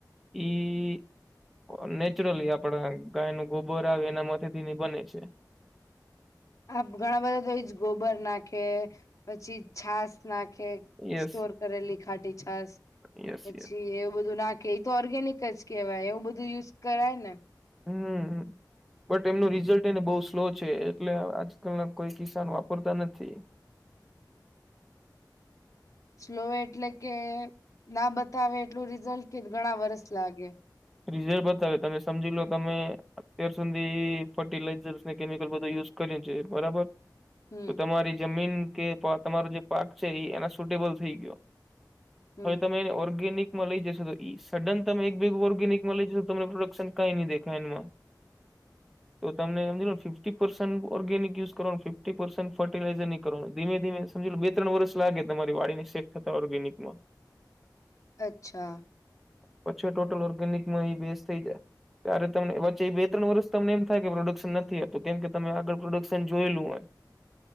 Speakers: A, in the centre; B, on the left (about 45°).
A: એ નેચરલી આપણા ગાય ન ગોબર આવે એના મથે થીની બને છે
B: આપ ઘણા બધા તો એ જ ગોબર નાખે પછી છાસ નાખે
A: યસ
B: સ્ટોર કરેલી ખાટી છાસ
A: યસ
B: પછી
A: યસ
B: એવું બધું નાખ કે એ તો ઓર્ગેનિક જ કેહેવાય એવું બધું યુઝ કરાય
A: હમ બટ એમનું રિઝલ્ટ એને બહુ સ્લો છે એટલે આજકાલના કોઈ કિસાન વાપરતા નથી
B: સ્લો એટલે કે ના બતાવે એટલું રિઝલ્ટ કે ઘણા વરસ લાગે
A: રિઝલ બતાવે તમે સમજી લો તમે ત્યાર સુધી ફર્ટિલાઈઝર્સ ને કેમિકલ બધ યુઝ કર્યું છે બરાબર
B: હમ
A: તો તમારી જમીન કે તમારો જે પાક છે એ એના સુટેબલ થઈ ગયો
B: હમ
A: હવે તમે એને ઓર્ગેનિકમાં લઈ જશો તો સડન તમે એકગ ઓર્ગનિકમાં લઈશો તને પ્રોડક્શન કઈ નહીં દેખાય એમાં
B: હ
A: તો તમને હમજીલો ને ફિફટી પર્સન્ટ ઓર્ગેનિકયુઝ કરવાો ફિફ્ટી પર્સન્ટ ફર્ટિલાઇઝર કરવા ધીમે ધીમે સમજી બે ત્રણ વર્ષ લાગે તમારી વાડીને સેફ થતા ઓર્ગેનિકમાં
B: અચ્છા
A: પછી ટોટલ ઓર્ગેનિક માં એ બેઝ થઈ જાય ત્યારે તમને વચ્ચે એ બે ત્રણ વર્ષ તમને એમ થાય કે પ્રોડક્શન નથી થતું કેમ કે તમે આગળ પ્રોડક્શન જોયેલું હોય
B: <unintelligible>